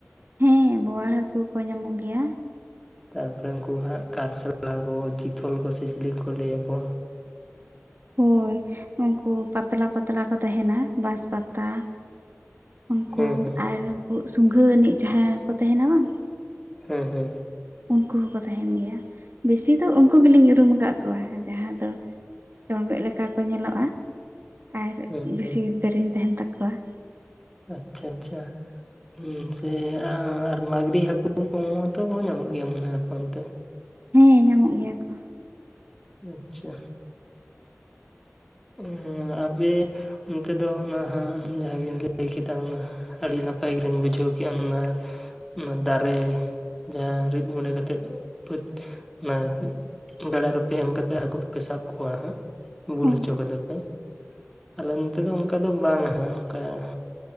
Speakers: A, on the right; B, in the centre.
A: ᱦᱮᱸ ᱵᱳᱣᱟᱲ ᱦᱟᱹᱠᱩ ᱠᱚ ᱧᱟᱢᱚᱜ ᱜᱮᱭᱟ
B: ᱛᱟᱨᱯᱚᱨᱮ ᱩᱱᱠᱩ ᱦᱟᱸᱜ ᱠᱟᱨᱥᱮᱞ ᱞᱟᱜᱚᱡ ᱪᱤᱛᱚᱞ ᱠᱚ ᱪᱤᱞᱤ ᱠᱚ ᱞᱟᱹᱭᱠᱚᱣᱟ
A: ᱦᱳᱭ ᱩᱝᱠᱩ ᱯᱟᱛᱞᱟ ᱯᱟᱛᱞᱟ ᱠᱚ ᱛᱟᱦᱮᱱᱟ ᱵᱟᱥ ᱯᱟᱛᱟ ᱾ ᱩᱱᱠᱩ
B: ᱦᱮᱸ ᱦᱮᱸ
A: ᱟᱨ ᱩᱱᱠᱩ ᱥᱩᱜᱷᱟᱹ ᱟᱹᱱᱤᱡ ᱡᱟᱦᱟᱸᱭ ᱠᱚ ᱛᱟᱦᱮᱱᱟ ᱵᱟᱝ ᱾
B: ᱦᱩᱸ ᱦᱩᱸ
A: ᱩᱱᱠᱩ ᱦᱚᱸᱠᱚ ᱛᱟᱦᱮᱱ ᱜᱮᱭᱟ ᱵᱮᱥᱤ ᱫᱚ ᱩᱱᱠᱩ ᱜᱮᱞᱤᱧ ᱩᱨᱩᱢ ᱟᱠᱟᱜ ᱠᱚᱣᱟ ᱡᱟᱦᱟᱸ ᱫᱚ ᱾ ᱴᱚᱲᱜᱚᱡ ᱞᱮᱠᱟ ᱠᱚ ᱧᱮᱞᱚᱜᱼᱟ ᱟᱨ
B: ᱦᱮᱸ
A: ᱵᱮᱥᱤ
B: ᱦᱮᱸ
A: ᱫᱮᱨᱮᱧ ᱛᱟᱦᱮᱱ ᱛᱟᱠᱚᱣᱟ ᱾
B: ᱟᱪᱪᱷᱟ ᱟᱪᱪᱷᱟ ᱦᱩᱸ ᱥᱮ ᱟᱨ ᱢᱟᱜᱽᱨᱤ ᱦᱟᱹᱠᱩ ᱠᱚᱦᱚᱸ ᱛᱚ ᱧᱟᱢᱚᱜ ᱜᱮᱭᱟ ᱢᱚᱱᱮ ᱟᱯᱮ ᱚᱱᱛᱮ ᱾
A: ᱦᱮᱸ ᱧᱟᱢᱚᱜ ᱜᱮᱭᱟ ᱠᱚ ᱾
B: ᱟᱪᱪᱷᱟ ᱩᱸ ᱟᱵᱮ ᱚᱱᱛᱮ ᱫᱚ ᱚᱱᱟᱦᱟᱸᱜ ᱡᱟᱦᱟᱸ ᱜᱮᱱ ᱞᱟᱹᱭ ᱠᱮᱫᱟ ᱚᱱᱟ ᱾ ᱟᱹᱰᱤ ᱱᱟᱯᱟᱭ ᱜᱮᱞᱤᱧ ᱵᱩᱡᱷᱟᱹᱣ ᱠᱮᱜ ᱟ ᱚᱱᱟ ᱾ ᱚᱱᱟ ᱫᱟᱨᱮ ᱡᱟᱦᱟᱸ ᱨᱤᱫ ᱜᱩᱰᱟᱹ ᱠᱟᱛᱮᱫ ᱠᱩ ᱯᱟᱹᱛ ᱾ ᱚᱱᱟ ᱜᱟᱰᱟ ᱨᱩᱯᱮ ᱮᱢ ᱠᱟᱛᱮᱜ ᱦᱟᱹᱠᱩᱯᱮ ᱥᱟᱵ ᱠᱚᱣᱟ ᱦᱟᱸᱜ ᱾ ᱵᱩᱞ
A: ᱚ
B: ᱦᱚᱪᱚ ᱠᱟᱫᱟ ᱯᱮ ᱟᱞᱮ ᱱᱚᱛᱮ ᱫᱚ ᱩᱝᱠᱟ ᱫᱚ ᱵᱟᱝᱼᱟ ᱚᱱᱠᱟ ᱾